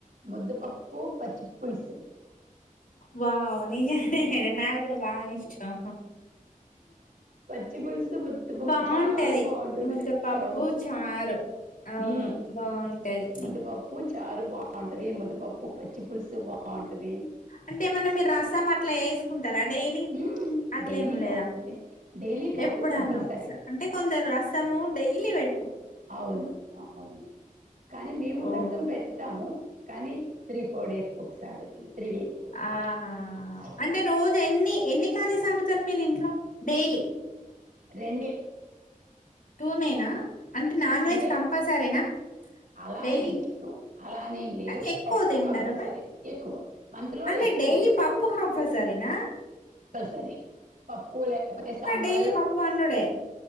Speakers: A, on the right (about 80°); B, on the left (about 75°).
A: ముద్దపప్పు పచ్చి పులుసు
B: వావ్ నిజంగా నా కూడా బా ఇష్టం
A: పచ్చి పులిసు ముద్ధపప్పు
B: బాగుంటది
A: చాలా బాగుంటుంది.
B: ముద్దపప్పు
A: అవును
B: చారు అవును
A: ఊ
B: బాగుంటది
A: ముద్ద పప్పు చారు బాగుంటది. దే ముద్దపప్పు పచ్చిపుులుసు బాగుంటది.
B: అంటే ఏమన్నా మీరు రసం అట్ల వేసుకుం టరా డైలీ
A: మ్మ్.
B: అట్ల
A: డైలీ
B: ఏం లేదా
A: కాదు డైలీ కాదు
B: ఎప్పుడన్నావ్
A: కంపల్సరీ
B: స అంటే కొందరు సము డెైలీ పె
A: అవును అవును కానీ మేము
B: ఓ
A: రసం పెడతాము. కానీ త్రీ ఫోర్ డేస్ కు ఒకసారి త్రీ డేస్కి ఒకసారి
B: ఆహా
A: అలా
B: అంటే రోజు ఎన్ని ఎన్ని సరే సందు చాట్ పెరి ఇంట్లో డైలీ
A: రెండె
B: టూనేనా అంటే నాన్
A: అంటే
B: వెజ్ కంపల్సరీనా?
A: అలానేం
B: డైలీ
A: లేదు అలానేం లేదు
B: కానీ ఎక్కువ
A: పప్పు
B: తింటారు
A: కంపల్సరీ
B: బట్
A: ఎక్కువ. మంత్లో
B: అంటే
A: ఎక్కువ
B: డైలీ పప్పు కంపల్సరినా
A: సరి పప్పు లేకపోతే సాంబారు
B: డైలీ పప్పు వండుడే